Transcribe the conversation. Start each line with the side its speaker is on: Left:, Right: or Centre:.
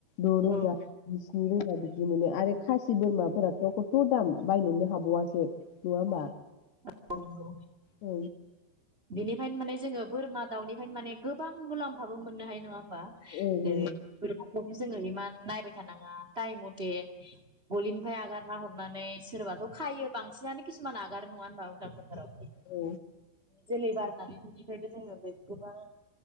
Left: द' रोजा
Right: औ
Left: जि स्नि रोजा बिदि बिदि मोनो आरो खासि बोरमाफोराथ' खथ' दाम बायनोनो हाबावासो नङा होमबा?
Right: <unintelligible> औ नंगौ
Left: औ
Right: बिनिफ्रायनो माने जोङो बोरमा दाउनिफ्रायनो माने गोबां मुलाम्फाबो मोननो हायो नङा होनबा?
Left: औ
Right: जेरै
Left: नंगौ
Right: जोङो इमान नायबाय थानाङा टाइम मथे गलिनिफ्राय आगारना हरनानै सोरबाथ' खायो बांसिनानो किसुमान आगारो नङा होनबा बा‌ उदां फोथा राव
Left: औ
Right: जोलै बारनानै बिनिफ्रायबो जोङो गोबां